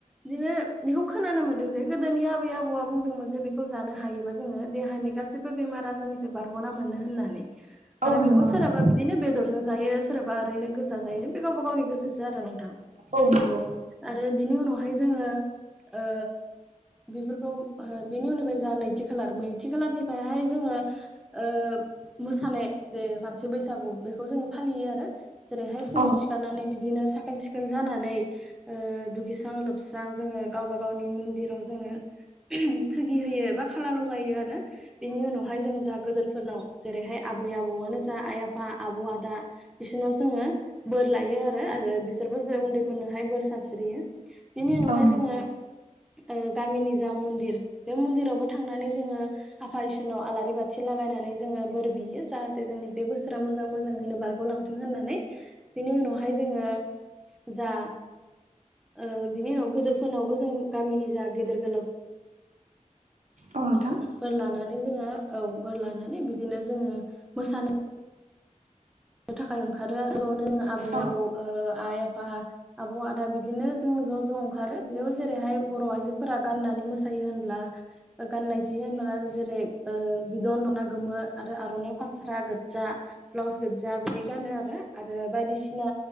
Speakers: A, in the centre; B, on the right.
A: बिदिनो बेखौ खोनानो मोनदों जे गोदोनि आबै आबौआ बुंदोंमोन जे बेखौ जानो हायोबा जोङो देहानि गासैबो बेमार आजारनि बारगना मोनो होननानै आरो
B: नंगौ
A: बेखौ
B: नोंथां
A: सोरहाबा बिदिनो बेदरजों जायो सोरबा ओरैनो गोजा जायो
B: औ
A: बे गावबा गावनि गोसोसो आरो नोंथां।
B: औ नंगौ
A: आरो बिनि उनावहाय जोङो ओ बेफोरखौ ओ बेनि उननिफ्राय जोंहा नैथि खालार नैथि खालारनिफ्रायहाय जोङो ओ मोसानाय जे मानसि बैसागु बेखौ जोङो फालियो आरो। जेरैहाय फुंङाव
B: औ
A: सिखारनानै बिदिनो साखोन सिखोन जानानै ओ दुगैस्रां लोबस्रां जोङो गावबा गावनि मन्दिराव जोङो थोगि होयो बा खाला लगायो आरो बिनि उनावहाय जों जा गोदोरफोरनाव जेरैहाय आबै आबौआनो जा आइ आफा आब आदा बिसोरनाव जोङो बोर लायो आरो आरो बिसोरबो जों उन्दैफोरनोहाय बोर सारस्रियो। बेनि
B: औ
A: उनावहाय
B: नंगौ नोंथां औ नंगौ औ नंगौ
A: जोङो ओ गामिनि जा मन्दिर बे मन्दिरावबो थांनानै जोङो आफा इसोरनाव आलारि बा थि लागायनानै जोङो बोर बियो जाहाथे जोंनि बे बोसोरा मोजां मोजाङैनो बारगलांथों होननानै। बेनि उनावहाय जोङो जा ओ बिनि उनाव गिदिरफोरनावबो जों गामिनि जा गेदेर गोलाव
B: औ नोंथां।
A: बोर लानानै जोङो औ बोर लानानै बिदिनो जोङो मोसानो थाखाय ओंखारो जनो आबै
B: औ
A: आबौ ओ आइ आफा आबौ आदा बिदिनो जों ज ज ओंखारो बेयाव जेरैहाय बर आइजोफोरा गाननानै मोसायो होनब्ला गाननाय जि होनबा जेरै ओ बिदन दना गोमो आरो आरनाइ फास्रा गोजजा ब्लाउस गोजजा बिदि गानो आरो आरो बायदिसिना